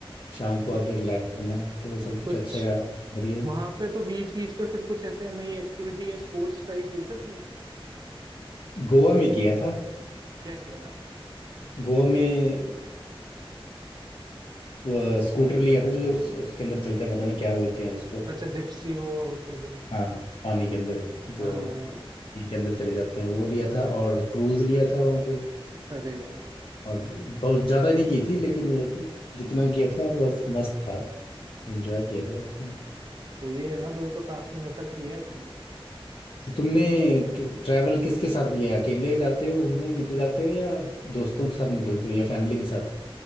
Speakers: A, on the left; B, on the right.
A: शाम को
B: कुछ
A: आके रिलैक्स करना तो वो सब कुछ
B: कुछ
A: अच्छे रहा बढ़िया
B: वहां पे तो बीच बीच पे फिर कुछ ऐसे नई एक्टिविटी या स्पोर्ट्स ट्राई किए थे तुमने
A: गोवा में किया था
B: क्या किया था
A: गोवा में वो स्कूटर लिया था जो उस- उसके अंदर चलता है पता नहीं क्या बोलते हैं उसको
B: अच्छा जिप्सी हो और ठीक है हाँ
A: हाँ पानी के अंदर जो
B: हाँ
A: नदी
B: हाँ।
A: के अंदर चले जाते हैं वो लिया था और क्रूज लिया था वहाँ पे
B: अरे वाह
A: और बहुत ज़्यादा नहीं की थी लेकिन ये है कि जितना किया था बस मस्त था एंजॉय किया बहुत उसमें
B: तो ये है फिर तो काफी मजा किया है
A: तो तुमने ट्रैवल किसके साथ किया है? अकेले जाते हो घूमने निकल जाते हो या दोस्तों के साथ निकलते हो या फैमिली के साथ